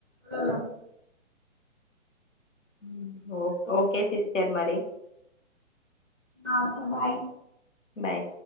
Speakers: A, in the centre; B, on the left (about 80°).
A: అ
B: హ్మ్ ఓకే సిస్టర్ మరి
A: ఓకే బాయ్
B: బాయ్